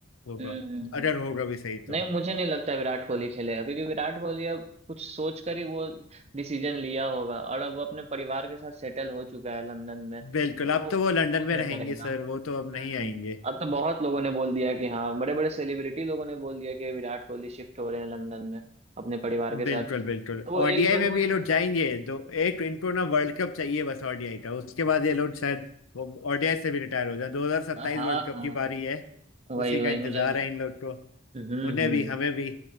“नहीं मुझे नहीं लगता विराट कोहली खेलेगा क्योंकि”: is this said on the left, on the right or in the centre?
Right